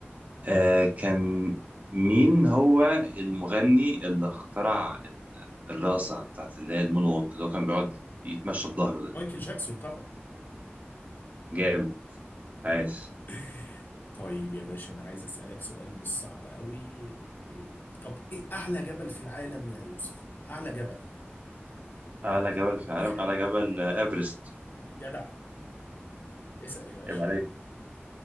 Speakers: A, on the right (about 40°); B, on the left (about 55°).
A: آه كان مين هو المغني اللي اخترع ال- الرقصة بتاعت اللي هي المونوك اللي هو كان بيقعد يتمشى بظهره ده
B: مايكل جاكسون طبعا
A: جامد عايش
B: <laughs> طيب يا باشا انا عايز اسالك سؤال مش صعب قوي إيه- طب ايه اعلى جبل في العالم يا يوسف اعلى جبل
A: أعلى
B: اكيد
A: جبل في العالم
B: خد
A: أعلى جبل آه، إيفرست
B: جدع اسال يا باشا
A: عيب عليك